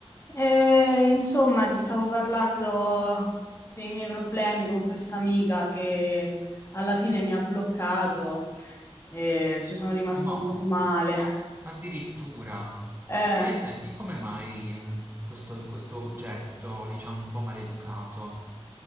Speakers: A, on the left; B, on the right.
A: E, insomma, ti stavo parlando dei miei problemi con questa amica che alla fine mi ha bloccato e ci sono rimasta
B: No,
A: un po' male.
B: addirittura.
A: <laughs> Eh.
B: E senti, come mai um, questo, questo gesto, diciamo, un po' maleducato?